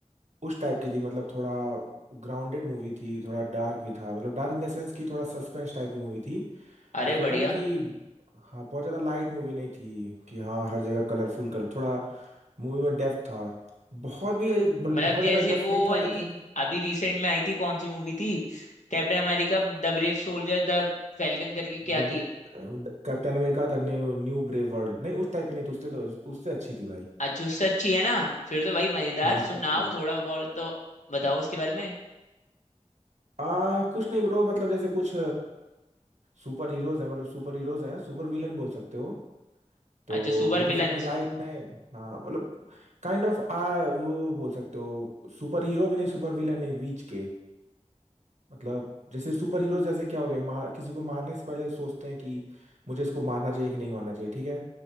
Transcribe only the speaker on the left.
अरे
बढ़िया
मतलब
जैसे
वो
वाली
अभी रिसेंट में आई थी कौन सी मूवी थी Captain America the brave soldier the Falcon करके क्या
थी
अच्छी उससे अच्छी है ना फिर तो भाई मजेदार
सुनाओ
थोड़ा बहुत तो बताओ उसके बारे में
अच्छा सुपर
विलन्स